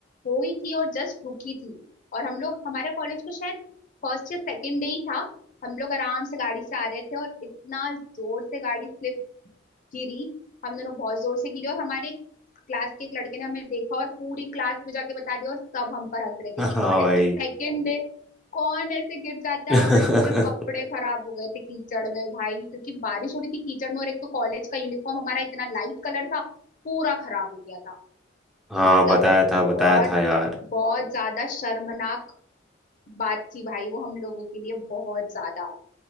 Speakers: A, on the left; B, in the centre.
A: हुई थी और जस्ट रुकी थी और हम लोग हमारे कॉलेज का शायद फर्स्ट या सेकेंड डे ही था हम लोग आराम से गाड़ी से आ रहे थे और इतना जोर से गाड़ी गिरी हम दोनों बहुत जोर से गिरे और हमारे क्लास के एक लड़के ने हमें देखा और पूरी क्लास में जाके बता दिया और सब हम पर हंस रहे थे
B: हाँ
A: कि कॉलेज
B: भाई
A: के सेकेंड डे कौन ऐसे गिर जाता
B: <laughs>
A: है और हमारे पूरे कपड़े खराब हो गए थे कीचड़ में भाई क्योंकि बारिश हो रही थी कीचड़ में और एक तो कॉलेज का यूनिफॉर्म हमारा इतना लाइट कलर था पूरा खराब हो गया था
B: हाँ
A: मतलब
B: बताया था बताया
A: बहुत
B: था यार
A: बहुत ज्यादा शर्मनाक बात थी भाई वो हम लोगों के लिए बहुत ज्यादा